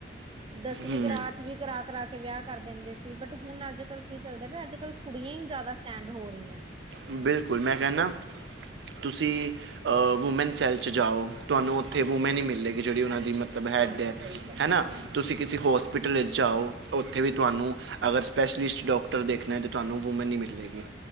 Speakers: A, on the right; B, on the right.
A: ਦਸਵੀਂ
B: ਹੂੰ
A: ਕਰਾ ਅੱਠਵੀਂ ਕਰਾ ਕਰਾ ਕੇ ਵਿਆਹ ਕਰ ਦਿੰਦੇ ਸੀ। ਬਟ ਹੁਣ ਅੱਜ ਕਲ੍ਹ ਕੀ ਚੱਲਦੇ ਅੱਜ ਕਲ ਕੁੜੀਆਂ ਹੀ ਜਿਆਦਾ ਸਟੈਂਡ ਹੋ ਰਹੀਆਂ।
B: ਬਿਲਕੁਲ ਮੈਂ ਕਹਿੰਦਾ ਤੁਸੀਂ ਵੂਮੈਨ ਸੈੱਲ 'ਚ ਜਾਓ। ਤੁਹਾਨੂੰ ਉੱਥੇ
A: ਹਾਂ
B: ਵੂਮੈਨ ਹੀ ਮਿਲਲੇਗੀ ਜਿਹੜੀ ਉਹਨਾਂ ਦੀ ਮਤਲਬ
A: ਸਹੀ
B: ਹੈੱਡ
A: ਕਿਹਾ
B: ਹੈ
A: ਸਹੀ ਕਿਹਾ
B: ਹਨਾ। ਤੁਸੀਂ ਕਿਸੇ ਹੋਸਪਿਟਲ ਵਿੱਚ ਜਾਓ ਉੱਥੇ ਵੀ ਤੁਹਾਨੂੰ ਅਗਰ ਸਪੈਸ਼ਲਿਸਟ ਡਾ ਅਗਰ ਦੇਖਣਾ ਅਤੇ ਤੁਹਾਨੂੰ ਵੂਮੈਨ ਈ ਮਿਲ ਜਾਏਗੀ।